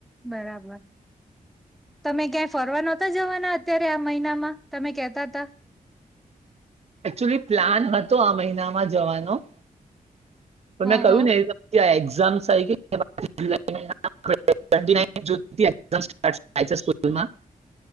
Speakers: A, in the centre; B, on the right.
A: બરાબર તમે ક્યાંય ફરવા નહતા જવાના અત્યારે આ મહિનામાં તમે કેતા ત
B: એકચુલી પ્લાન હતો આ મહિનામાં જવાનો પણ
A: હા
B: મેં કહ્યું
A: હા
B: ને એક્ઝામ આવી ગ <unintelligible> ટવેનટી નાઈન <unintelligible> થાય છે સ્કૂલમાં